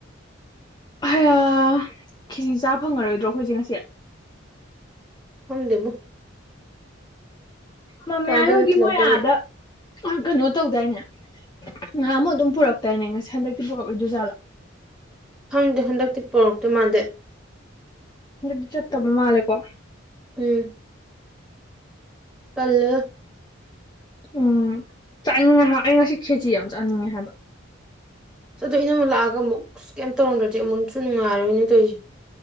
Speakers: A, on the left; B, in the centre.
A: ꯍꯌꯥ ꯈꯦꯠꯆꯔꯤ ꯆꯥ ꯐꯪꯉꯔꯣꯏꯗ꯭ꯔꯣ ꯑꯩꯈꯣꯏꯁꯦ ꯉꯁꯤ
B: ꯈꯪꯗꯦꯕꯣ
A: ꯃꯃꯌ꯭ꯥꯏ
B: ꯀꯅꯥꯝꯇꯁꯨ
A: ꯍꯣꯏꯒꯤ
B: ꯊꯤꯜꯂꯛꯇꯕꯅꯤ
A: ꯃꯣꯏ ꯑꯥꯗ ꯀꯩꯅꯣ ꯇꯧꯗꯥꯏꯅꯦ ꯉꯥꯍꯥꯟꯃꯨꯛ ꯑꯗꯨꯝ ꯄꯨꯔꯛꯇꯏꯅꯦ ꯉꯁꯤ ꯍꯟꯗꯛꯇꯤ ꯄꯨꯔꯛꯑꯣꯏꯗꯣꯏꯖꯥꯠꯂꯣ
B: ꯈꯪꯗꯦ ꯍꯟꯗꯛꯇꯤ ꯄꯣꯔꯛꯇꯣꯏ ꯃꯥꯟꯗꯦ
A: ꯑꯗꯨꯗꯤ ꯆꯠꯇꯕ ꯃꯥꯜꯂꯦꯀꯣ
B: ꯎꯝ ꯇꯜꯂꯦꯗ
A: ꯎꯝ ꯆꯠꯅꯤꯡꯉꯦꯍꯥ ꯑꯩ ꯉꯁꯤ ꯈꯦꯆꯤ ꯌꯥꯝ ꯆꯠꯅꯤꯡꯉꯦ ꯍꯥꯏꯕ
B: ꯑꯁ ꯑꯗꯣ ꯏꯅꯝꯃ ꯑꯃꯨꯛ ꯂꯥꯛꯑꯒ ꯑꯃꯨꯛ ꯀꯩꯝ ꯇꯧꯔꯝꯗ꯭ꯔꯗꯤ ꯑꯃꯨꯛꯁꯨ ꯅꯨꯡꯉꯥꯏꯔꯣꯏꯅꯦ ꯇꯧꯔꯤꯁꯦ